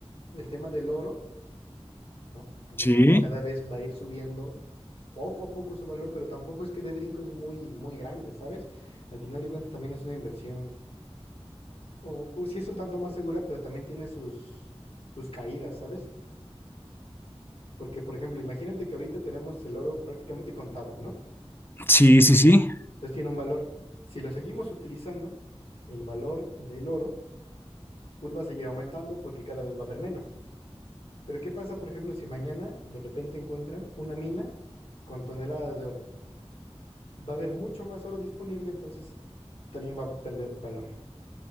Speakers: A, on the left; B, on the left.
A: el tema del oro, ¿no? Como
B: Sí,
A: dices, cada vez va a ir subiendo poco a poco su valor, pero tampoco es que dé brincos muy, muy grandes, ¿sabes? Al final de cuentas también es una inversión, o, o sí es un tanto más segura, pero también tiene sus, sus caídas, ¿sabes? Porque, por ejemplo, imagínate que ahorita tenemos el oro prácticamente contado, ¿no?
B: sí, sí, sí.
A: Entonces tiene un valor. Si lo seguimos utilizando, el valor del oro pues va a seguir aumentando porque cada vez va a haber menos. Pero ¿qué pasa, por ejemplo, si mañana de repente encuentran una mina con toneladas de oro? Va a haber mucho más oro disponible, entonces también va a perder valor.